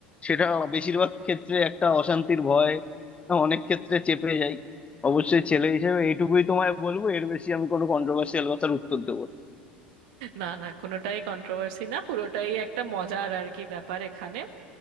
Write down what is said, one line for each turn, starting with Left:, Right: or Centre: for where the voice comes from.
Left: সেটা বেশিরভাগ ক্ষেত্রে একটা অশান্তির ভয় অনেক ক্ষেত্রে চেপে যায় অবশ্যই ছেলে হিসেবে এইটুকুই তোমায় বলবো এর বেশি আমি কোনো কন্ট্রোভার্সিয়াল কথার উত্তর দেবো না
Right: না না কোনোটাই কন্ট্রোভার্সি না পুরোটাই একটা মজার আর কি ব্যাপার এখানে